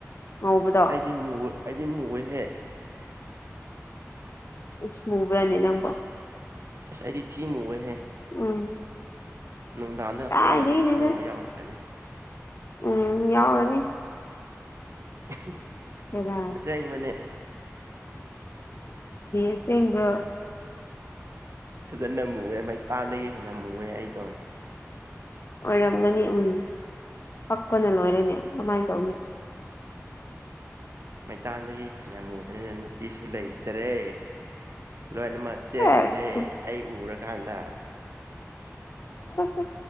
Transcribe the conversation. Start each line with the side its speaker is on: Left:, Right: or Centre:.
Left: ꯉꯧꯕꯗꯣ
Right: ꯑꯩꯗꯤ ꯃꯨꯣꯏ ꯃꯨꯌꯦꯍꯦ
Left: ꯎꯁ ꯃꯨꯕ꯭ꯔꯅꯤ ꯅꯪꯕ
Right: ꯑꯁ ꯑꯩꯗꯤ ꯊꯤ ꯃꯨꯌꯦꯍꯦ
Left: ꯎꯝ
Right: ꯅꯨꯡꯗꯥꯡꯗ
Left: ꯀꯥꯏꯗꯩꯅꯣꯗ
Right: ꯊꯣꯛꯂꯛꯑꯗꯤ ꯈꯪꯕ ꯌꯥꯎꯔꯛꯀꯅꯤ
Left: ꯎꯝ ꯌꯥꯎꯔꯅꯤ
Right: <unintelligible>
Left: ꯀꯔꯤ
Right: ꯑꯁꯦꯡꯕꯅꯦ
Left: ꯑꯁꯦꯡꯕꯔꯣ <unintelligible>
Right: ꯐꯖꯅ ꯃꯨꯑꯦ ꯃꯩ ꯇꯥꯟꯗꯒꯤ ꯍꯦꯟꯅ ꯃꯨꯑꯦ ꯑꯩꯗꯣ
Left: ꯑꯣꯏꯔꯝꯒꯅꯤ ꯎꯝ ꯄꯛꯄꯅ ꯂꯣꯏꯔꯅꯤ ꯀꯃꯥꯏꯅ ꯇꯧꯅꯤ
Right: ꯃꯩꯇꯥꯟꯗꯒꯤ ꯍꯦꯟꯅ ꯃꯨꯕꯅꯤꯅ ꯅꯨꯄꯤꯁꯨ ꯂꯩꯇꯔꯦ ꯂꯣꯏꯅꯃꯛ ꯆꯦꯟꯈ꯭ꯔꯦ
Left: ꯁꯦꯁ
Right: ꯑꯩ ꯎꯔꯀꯥꯟꯗ
Left: ꯑꯣ